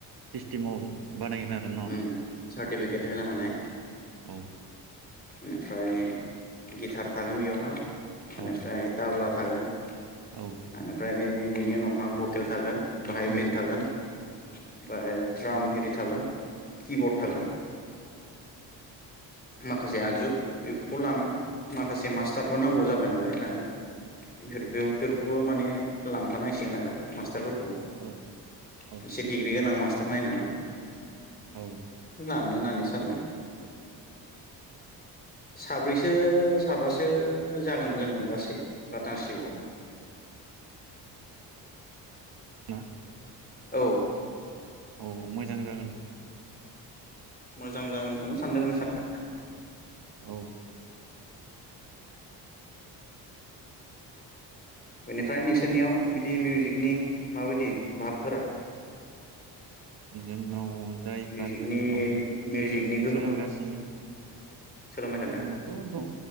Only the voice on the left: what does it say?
उम सार्टिफिकेट
होनो हानाय
बेनिफ्राय गिटार थागोन बेयावहा बेनिफ्राय
ताब्ला थागोन
एनिफ्राय बिनि उनावहा भकेल थागोन। बाहायलिन
थागोन ओमफ्राय ड्राम एरि थागोन। किबर्ड थागोन माखासे आगजु बेफोरखौ लानानै माखासे मास्टारबो नांगौ जा बाय नालाय दानिया <unintelligible> बेफोरखौबो माने लांफानांसिगोन आरो मास्टारफोर
<unintelligible> एसे डिग्रि गोनां मास टार नायनानै
लांनो होननानै सानदों। साब्रैसो साबासो जागोन जोङो गासै पार्टनारशिपआवहा
औ
मोजां जागोनखौनो सानदों आं सान <unintelligible>
बेनिफ्राय नोंसोरनियाव बिदि मिउजिकनि माबायदि भाबफोरा?
मिउजिकनि
मिउजिकनि गोहोमा
सोलोंबाय थादों